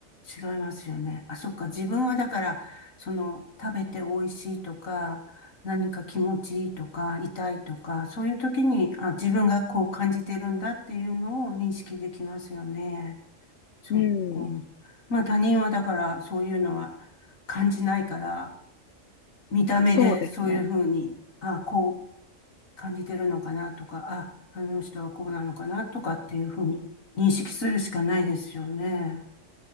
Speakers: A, on the left; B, on the left.
A: 違いますよね。あ、そっか。自分はだから、その食べて美味しいとか、何か気持ちいいとか、痛いとか、そういう時に、あ、自分がこう感じてるんだっていうのを認識できますよね。そう、
B: うん、
A: うん。まあ他人はだからそういうのは感じないから、見た目でそういうふうに、
B: そうですね。
A: あ、こう、感じてるのかなとか、あ、あの人はこうなのかなとかっていうふうに認識するしかないですよね。